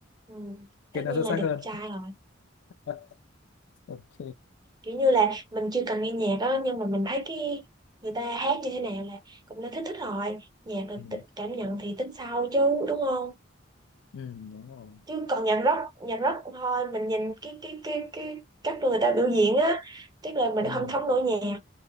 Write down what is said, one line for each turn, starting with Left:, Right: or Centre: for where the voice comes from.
Right: ừ, tất
Left: cái nào
Right: nhiên
Left: xuất
Right: là
Left: sắc
Right: đẹp
Left: hơn
Right: trai rồi
Left: <laughs> ok
Right: kiểu như là mình chưa cần nghe nhạc á nhưng mà mình thấy cái người ta hát như thế nào là cũng đã thích thích rồi nhạc là
Left: ừ.
Right: tự- cảm nhận thì tính sau chứ đúng không
Left: ừ đúng rồi
Right: chứ còn nhạc rock nhạc rock thôi mình nhìn cái cái cái cái cách người ta biểu diễn á tức là mình
Left: ừ
Right: không thấm nổi nhạc